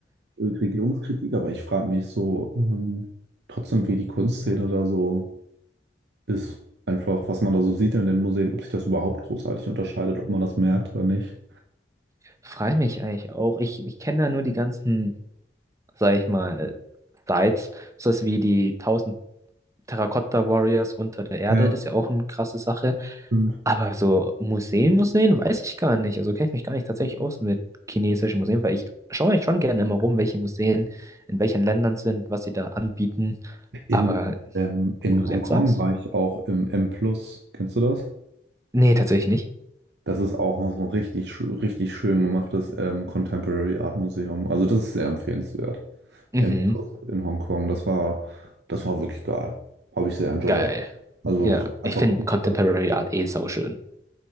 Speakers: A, on the right (about 65°); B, on the right (about 20°).
A: äh, Regierungskritik, aber ich frage mich so ähm, trotzdem, wie die Kunstszene da so ist. Einfach, was man da so sieht in den Museen, ob sich das überhaupt großartig unterscheidet, ob man das merkt oder nicht.
B: freu mich eigentlich auch. Ich, ich kenne da nur die ganzen, sag ich mal, Sites, so wie die 1000 Terracotta Warriors unter der Erde,
A: Ja,
B: das ist ja auch eine krasse Sache.
A: stimmt.
B: Aber so Museen, Museen, weiß ich gar nicht. Also kenne ich mich gar nicht tatsächlich aus mit chinesischen Museen, weil ich schaue mich schon gerne immer rum, welche Museen in welchen Ländern sind, was sie da anbieten.
A: In,
B: Aber
A: ähm, in
B: wo du es
A: Hongkong
B: jetzt sagst?
A: war ich auch im M+. Plus. Kennst du das?
B: Nee, tatsächlich nicht.
A: Das ist auch so ein richtig, schö- richtig schön gemachtes ähm, Contemporary Art Museum. Also das ist sehr empfehlenswert.
B: Mhm,
A: im, in Hongkong. Das war, das war wirklich geil. Habe ich sehr enjoyed.
B: geil.
A: Also
B: Ja,
A: einfach
B: ich finde
A: coole
B: Contemporary
A: Sachen.
B: Art eh sauschön.